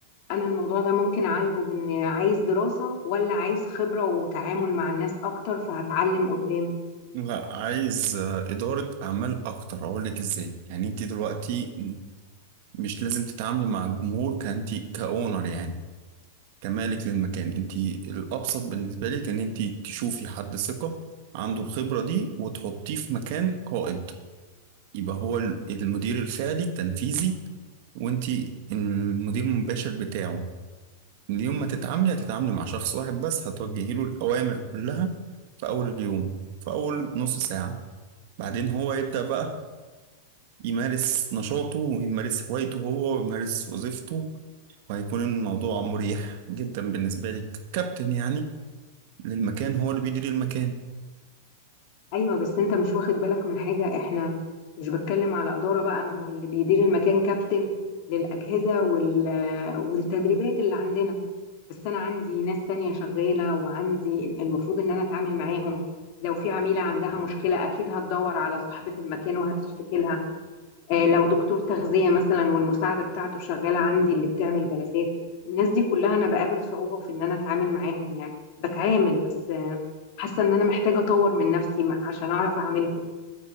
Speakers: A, on the left; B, on the right.
A: انا الموضوع ده ممكن اعالجه بان عايز دراسة ولا عايز خبرة وتعامل مع الناس اكتر فهتعلم قدام
B: لا عايز آه، إدارة أعمال أكتر أقول لك إزاي يعني أنت دلوقتي مش لازم تتعاملي مع الجمهور كأنت كأونر يعني كمالك للمكان أنت الأبسط بالنسبة لك إن أنت تشوفي حد ثقة عنده الخبرة دي وتحطيه في مكان قائد يبقى هو ال- المدير الفعلي التنفيذي وانتي المدير المباشر بتاعه اليوم ما تتعاملي هتتعاملي مع شخص واحد بس هتوجهي له الأوامر كلها في أول اليوم في أول نص ساعة بعدين هو يبدأ بقى يمارس نشاطه ويمارس هوايته هو ويمارس وظيفته وهيكون الموضوع مريح جدا بالنسبة لك كابتن يعني للمكان هو اللي بيدير المكان
A: ايوه بس انت مش واخد بالك من حاجة احنا مش بتكلم على إدارة بقى ما هو اللي بيدير المكان كابتن للأجهزة وال... والتدريبات اللي عندنا بس انا عندي ناس تانية شغالة وعندي المفروض ان انا اتعامل معاهم لو في عميلة عندها مشكلة اكيد هتدور على صاحبة المكان وهتشتكي لها آه، لو دكتور تغذية مثلا والمساعدة بتاعته شغالة عندي اللي بتعمل جلسات الناس دي كلها انا بقابل صعوبة في ان انا اتعامل معاهم يعني بتعامل بس آه، حاسة ان انا محتاجة اطور من نفسي م- عشان اعرف اعاملهم